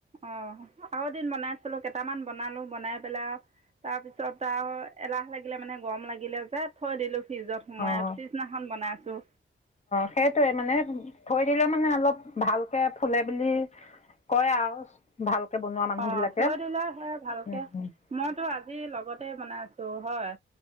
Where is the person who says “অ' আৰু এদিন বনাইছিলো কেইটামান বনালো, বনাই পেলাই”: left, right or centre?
Right